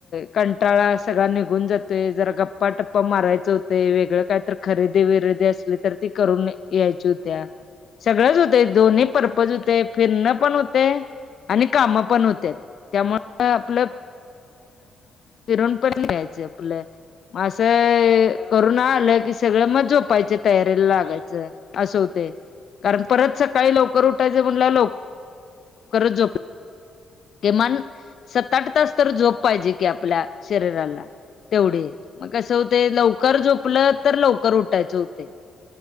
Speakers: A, on the left (about 60°); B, in the centre.
A: कंटाळा सगळा निघून जातोय जरा गप्पा टप्पा मारायच होत वेगळ काही तर खरेदी विरेदी असली तर ती करून यायची होत्या सगळंच होतं दोनही परर्पज हो फिरणं पण होते आणि काम पण होत त्यामु आपलं
B: हो
A: फिरून पण घ्यायच आपलं असं
B: होय होय
A: करून आलं की सगळं मग झोपायच तयारीला लागायचं असं होते कारण परत सकाळी लवकर उठायच म्हण ल करो कमान सत् आठ तास तर झोप पाहिजे कि आपल्या शरीराला तेवढे मग कसं होते लवकर झोपलं तर लवकर उठायचं होते